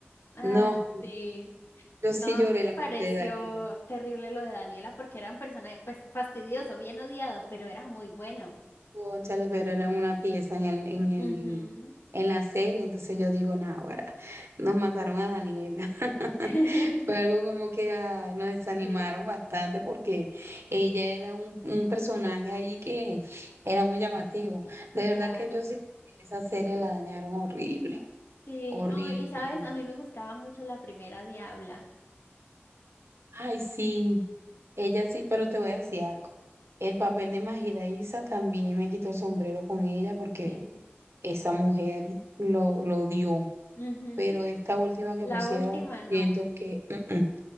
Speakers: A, on the left; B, on the right.
A: ay,
B: No,
A: sí.
B: yo
A: No,
B: sí lloré
A: me
B: la muerte
A: pareció
B: de Daniela.
A: terrible lo de Daniela porque era un personaje, pues fastidioso, bien odiado, pero era muy bueno.
B: Cónchale, pero eran una pieza en el, en el,
A: Ujú.
B: en la serie, entonces yo digo, náguara, nos mataron a Daniela. <laughs>
A: <laughs>
B: Fue algo como que ay, nos desanimaron
A: Sí,
B: bastante porque ella era un, un personaje allí que era muy llamativo. De verdad
A: claro.
B: que yo siento que esa serie la dañaron horrible,
A: Sí,
B: horrible,
A: no, y sabes,
B: horrible.
A: a mí me gustaba mucho la primera Diabla.
B: Ay, sí, ella sí, pero te voy a decir algo. El papel de Majida Isa también me quitó el sombrero con ella porque
A: Sí.
B: esa mujer lo, lo dio.
A: Ujú.
B: Pero esta última
A: La
B: que pusieron,
A: última no.
B: siento que mm, mm,